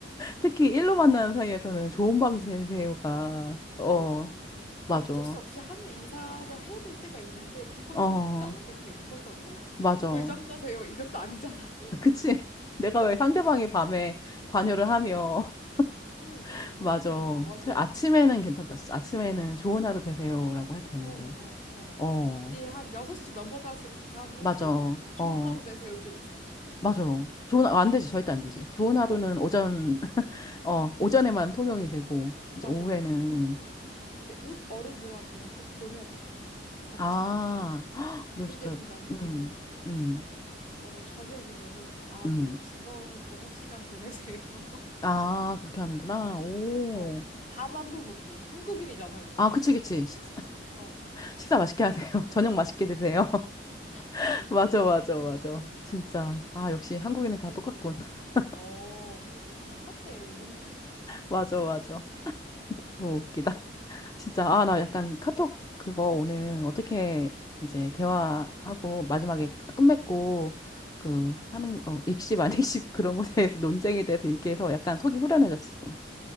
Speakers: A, on the left; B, on the left.
A: 특히 일로 만나는 사이에서는 좋은 밤 되세요가, 어,
B: 맞아.
A: 맞아.
B: 어쩔 수 없이 하는 인사를 해야 될 때가 있는데, 그거
A: 어,
B: 진짜 어색해. 뭐, 그렇다고,
A: 맞아.
B: 뭐, 꿀잠 자세요. 이것도 아니잖아.
A: 그치. <laughs> 내가 왜 상대방이 밤에 관여를 하며,
B: <laughs> 응,
A: <laughs>
B: 응,
A: 맞아.
B: 응, 응, 맞아.
A: 사실 아침에는 괜찮다. 진짜. 아침에는 좋은 하루 되세요라고 해도 되는데,
B: 어, 어, 어.
A: 어,
B: 이제 한 6시 넘어가서 가면은
A: 맞아.
B: 좋은
A: 어,
B: 하루 되세요 좀 이상해.
A: 맞아. 좋은, 하- 안 되지. 절대 안 되지. 좋은 하루는
B: 응,
A: 오전, <laughs> 어, 오전에만 통용이 되고, 이제
B: 맞아.
A: 오후에는,
B: 근- 근데 웃 어른들한테는 꼭 보내야 되잖아. 답장.
A: 아, <gasps> 너
B: 그럴
A: 진짜,
B: 때는 나는
A: 음,
B: 그냥
A: 음.
B: 어, 저녁이면은 아,
A: 음.
B: 뭐 즐거운 저녁 시간 보내세요. <laughs>
A: 아, 그렇게 하는구나. 오.
B: 어, 밥 안부 묻기 한국인이잖아, 우리.
A: 아, 그치, 그치. 식,
B: 어.
A: 식사 맛있게 하세요. <laughs> 저녁 맛있게 드세요.
B: <laughs>
A: <laughs> 맞아, 맞아, 맞아. 진짜. 아, 역시 한국인은
B: 근데
A: 다
B: 그런
A: 똑같군.
B: 거 해줘야
A: <laughs>
B: 돼. 어, 그치. 다 똑같아, 우리는.
A: 맞아, 맞아. 너무 웃기다. <laughs> 진짜. 아, 나 약간 카톡 그거 오늘 어떻게 이제 대화하고 마지막에 끝맺고 그 하는, 어, 익십, 안 <laughs> 익십 그런 거에 대해서 논쟁에 대해서 얘기해서 약간 속이 후련해졌어, 좀.